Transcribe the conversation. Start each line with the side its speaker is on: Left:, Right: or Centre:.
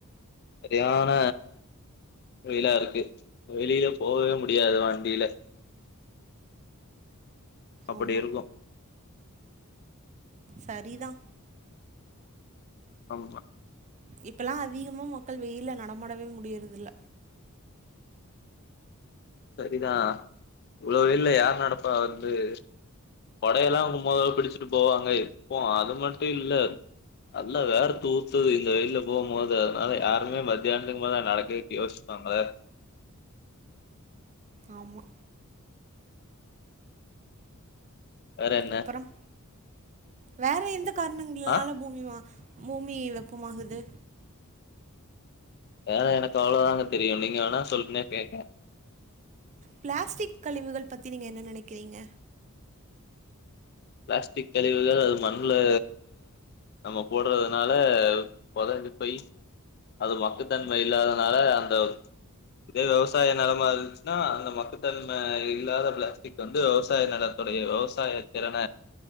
Left: சரியான வெய்லா இருக்கு வெளியில போவே முடியாது வண்டில அப்படி
Right: ஆம்மா
Left: இருக்கு
Right: சரி தா
Left: ஆம்மா
Right: இப்பல்லா அதிகமா மக்கள் வெயில நடமாடவே முடியிறதில்ல
Left: சரிதா இவ்ளோ வெய்ல யார் நடப்பா வந்து கொடையெல்லா அவங் மொதல்ல புடிச்சிட் போவாங்க இப்போ அது மட்டு இல்ல நல்லா வேற்த்து ஊத்துது இந்த வெய்ல போம் போது அதனால யாருமே மத்தியானத்துக் மேல நடக்றக் யோசிப் <unintelligible>
Right: ஆம்மா
Left: வேற என்ன
Right: அப்பறம் வேற எந்த காரணங்களால
Left: ஆ
Right: பூமி மி ம பூமி வெப்பமாகுது
Left: வேற எனக் அவ்ளதாங்க தெரியு நீங்க வேணா சொல்லுங்க கேக்க
Right: பிளாஸ்டிக் கழிவுகள் பத்தி நீங்க என்ன நனைக்கிறீங்க
Left: பிளாஸ்டிக் கழிவுகள் அது மண்ல நம்ம போட்றதுனால பொதஞ்சிபோயி அது மக்குதன்ம இல்லாதனால அந்த இதே விவசாய நிலமா இருந்ச்சினா அந்த மக்குதன்ம இல்லாத பிளாஸ்டிக் இது வந்து விவசாய நிலத்துடைய விவசாய திறன